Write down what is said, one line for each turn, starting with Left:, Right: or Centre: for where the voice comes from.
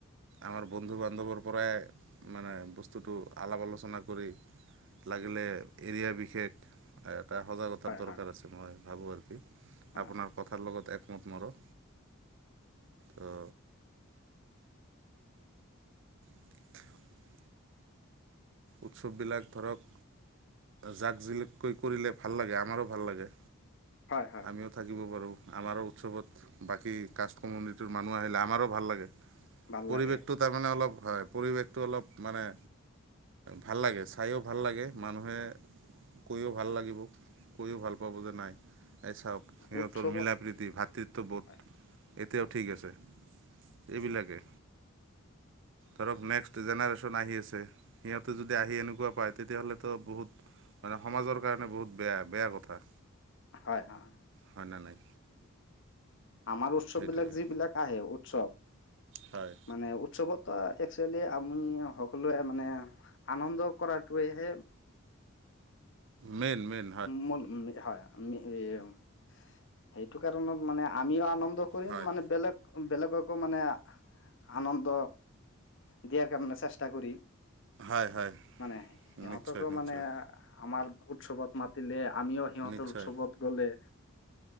Right: আমাৰ বন্ধু বান্ধৱৰ পৰাই মানে বস্তুটো অলপ আলোচনা কৰি লাগিলে এৰিয়া বিশেষ এটা সজাগতাৰ
Left: হয়
Right: দৰকাৰ
Left: হয়
Right: আছে মই ভাবো আৰু
Left: হয়
Right: আপোনাৰ কথাৰ লগত একমত মোৰো ত <inaudible> উৎসৱবিলাক ধৰক জাক জিলিককৈ কৰিলে ভাল লাগে, আমাৰো ভাল লাগে।
Left: হয় হয়
Right: আমিওঁ
Left: হয়
Right: থাক শিকিব পাৰোঁ, আমাৰো উৎসৱত বাকী কাষ্ট কমিউনিটিৰ মানুহ আহিলে আমাৰো ভাল লাগে।
Left: ভাল
Right: পৰিৱেশটো
Left: লাগে
Right: তাৰমানে অলপ হয়, পৰিৱেশটো অলপ মানে ভাল লাগে চাইয়ো ভাল লাগে, মানুহে কৈয়ো ভাল লাগিব, কৈয়ো ভাল পাব যে নাই এই চাওঁক, সিহঁতৰ
Left: উৎসৱত
Right: মিলা প্ৰীতি ভাতৃত্ববোধ।
Left: হয়
Right: এতিয়াও ঠিক আছে, এইবিলাকে। ধৰক নেক্সট জেনেৰেশ্যন আহি আছে। সিহঁতে যদি আহি এনেকুৱা পায়, তেতিয়াহ'লেতো বহুত মানে সমাজৰ কাৰণে বহুত বেয়া, বেয়া কথা।
Left: হয় অ'।
Right: হয়নে নাই?
Left: আমাৰ উৎসৱ
Right: সেইটোৱে
Left: বিলাক যিবিলাক আহে উৎসৱ।
Right: হয়।
Left: মানে উৎসৱতো একচুৱেলি আমি সকলোৱে মানে আনন্দ কৰাটোৱেহে
Right: মেন, মেন।
Left: মল হয় <unintelligible> সেইটো কাৰণত মানে আমিওঁ আনন্দ কৰিম
Right: হয়
Left: মানে বেলেগ, বেলেগকো মানে আনন্দ দিয়াৰ কাৰণে চেষ্টা কৰিম,
Right: হয় হয়
Left: মানে সিহঁতকো
Right: নিশ্চয় নিশ্চয়
Left: মানে আমাৰ উৎসৱত মাতিলে আমিও সিহঁতৰ
Right: নিশ্চয়
Left: উৎসৱত গ'লে